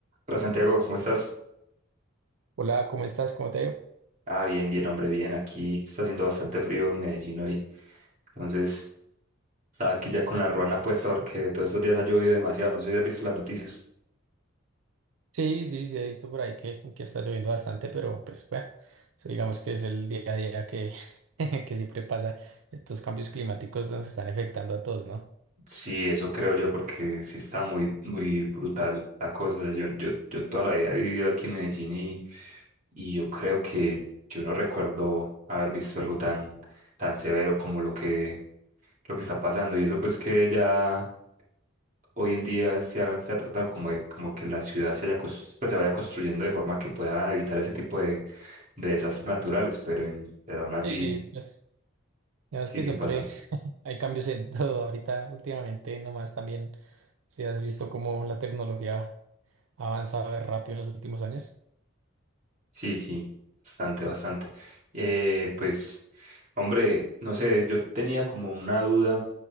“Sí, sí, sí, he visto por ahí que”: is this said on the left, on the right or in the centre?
Right